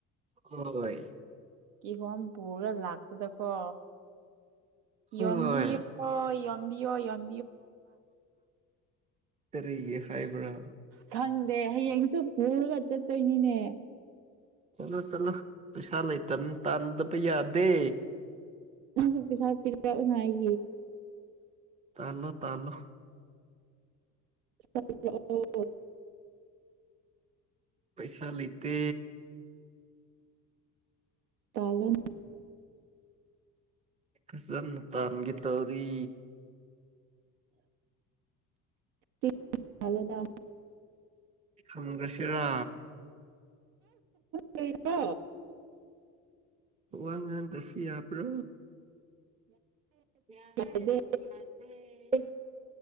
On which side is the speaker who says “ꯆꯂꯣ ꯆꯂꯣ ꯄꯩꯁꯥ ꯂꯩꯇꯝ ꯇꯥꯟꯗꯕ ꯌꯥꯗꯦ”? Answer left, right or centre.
Right